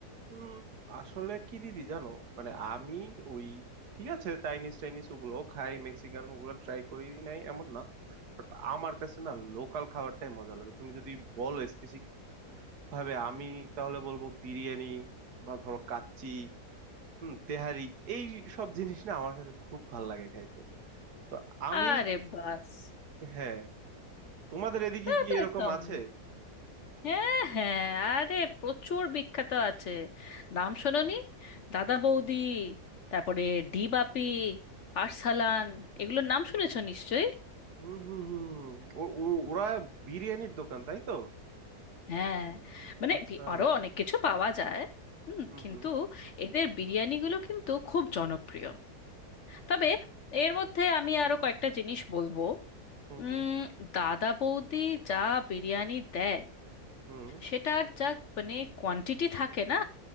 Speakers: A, on the right; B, on the left.
A: উম, আসলে কি দিদি জানো মানে আমি ওই ঠিক আছে চাইনিজ চাইনিজ ওগুলো খাই মেক্সিকান ওগুলো ট্রাই করি নাই এমন না বাট আমার কাছে না লোকাল খাবারটাই মজা লাগে তুমি যদি বলো স্পেসিফিক ভাবে আমি তাহলে বলবো বিরিয়ানি বা ধরো কাচ্চি হুম তেহারি এই সব জিনিস না আমার কাছে খুব ভাল লাগে খাইতে তো আমি
B: আরে বাস
A: হ্যাঁ তোমাদের এদিকে
B: তা
A: কি
B: তো
A: এরকম
B: একদম
A: আছে
B: হ্যাঁ হ্যাঁ আরে প্রচুর বিখ্যাত আছে নাম শোনোনি দাদা বৌদি তারপরে ডি বাপি আরসালান এগুলোর নাম শুনেছো নিশ্চয়ই
A: হুম হুম হুম ও- ও- ওরা বিরিয়ানির দোকান তাই তো
B: হ্যাঁ মানে
A: আচ্ছা
B: বি- আরো অনেক কিছু পাওয়া যায় হুম
A: হুম
B: কিন্তু
A: হুম
B: এদের বিরিয়ানিগুলো কিন্তু খুব জনপ্রিয় তবে এর মধ্যে আমি আরো কয়েকটা জিনিস বলবো
A: হুম
B: উম
A: হুম
B: দাদা বৌদি যা বিরিয়ানি দেয়
A: হুম
B: সেটার যা মানে কোয়ান্টিটি থাকে না